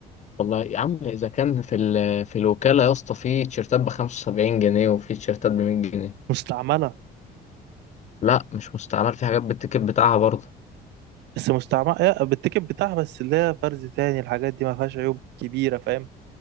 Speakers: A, on the left (about 45°); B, on the right (about 85°).
A: والله يا عم اذا كان في ال- في الوكاله يا اسطى في تيشيرتات ب 75 جنيه وفي تيشيرتات ب 100 جنيه
B: مستعملة
A: لا مش مستعمل في حاجات بالتيكت بتاعها برضه
B: بس مستعملة إيه، بالتيكت بتاعها بس اللي هي فرز تاني الحاجات دي ما فيهاش عيوب كبيرة فاهم